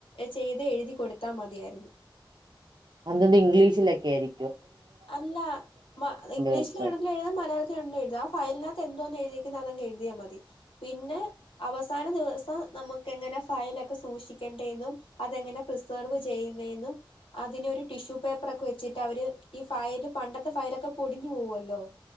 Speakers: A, on the left; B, on the right.
A: ചെയ്തെ എഴുതി കൊടുത്താ മതിയായിരുന്നു
B: അതന്ത്‌ ഇംഗ്ലീഷിലൊക്കെ ആയിരി
A: അല്ല മ ഇംഗ്ലീഷിലേണെങ്കി
B: വെച്ചോ
A: ഴുതാ മലയാളത്തിലലും എുത ആ ഫയലിനകത്ത് എന്തോന്ന് എഴുതി പിന്നതങ്ങ് എഴുതിയാ മതി പിന്നെ അവസാന ദിവസം നമ്മുക്കെങ്ങനെ ഫയലൊക്കെ സൂക്ഷിക്ക ണ്ടെ ന്നും അതെങ്ങനെ പ്രസർവ് ചെയ്യുന്നെന്നും അതിനൊരു ടിഷ്യൂ പേപ്പറൊക്കെ വെച്ചിട്ടവര് ഈ ഫയല് പണ്ടത്തെ ഫയലൊക്കെ പൊടിഞ്ഞു പോവല്ലോ